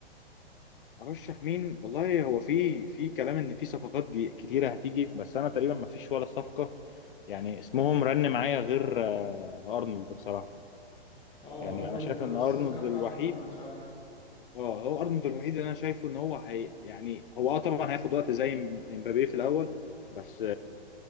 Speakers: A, on the left (about 55°); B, on the left (about 15°).
A: ارشح مين والله هو في في كلام ان في صفقات جي- كتيره هتيجي بس انا تقريبا ما فيش ولا صفقه يعني اسمهم رن معايا غير آه، ارنولد بصراحه
B: اه
A: يعني
B: ارنولد
A: انا شايف
B: آه،
A: ان
B: الصفقة
A: ارنولد
B: بتاعته
A: الوحيد
B: تمت فعلا
A: اه هو ارنولد الوحيد اللي انا شايفه ان هو هي يعني هو اه طبعا هياخد وقت زي م- مبابي في الاول بس